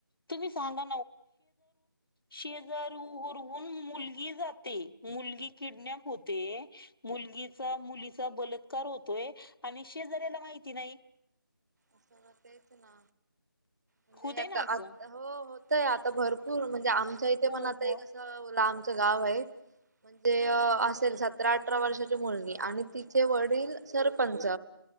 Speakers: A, on the left; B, on the right.
A: तुम्ही सांगा शेजार वरून मुलगी जाते मुलगी किडनॅप मुलगीचा मुलीचा बलात्कार होतोय. आणि शेजाऱ्याला माहिती नाही.
B: असला तेच ना म्हणजे
A: होतय ना असं
B: हो होतय आता भरपूर म्हणजे आमच्या इथे
A: हो
B: पण आता
A: हो
B: एक असं लांबच गाव आहे. म्हणजे असेल सतरा अठरा वर्षाची मुलगी आणि तिचे वडील सरपंच